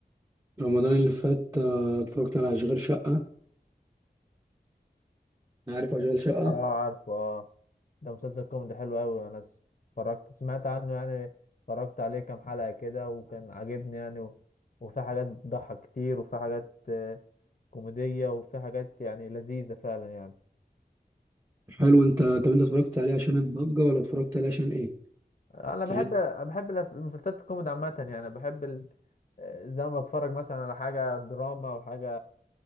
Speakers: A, on the right; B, on the left.
A: رمضان اللي فات آه، اتفرجت على اشغال شقة عارف اشغال شقه
B: اه عارف اه ده مسلسل كوميدي حلو قوي انا س- اتفرجت سمعت عنه يعني اتفرجت عليه كام حلقة كده وكان عاجبني يعني و... وفي حاجات بتضحك كتير وفي حاجات كوميدية وفي حاجات يعني لذيذة فعلا يعني
A: حلو انت طب انت اتفرجت عليه عشان الضجه ولا اتفرجت عليه عشان ايه
B: انا مم.
A: يعني
B: بحب بحب الأف- المسلسلات الكوميدي عامة يعني بحب ال... آه، زي ما بتفرج مثلا على حاجة دراما او حاجة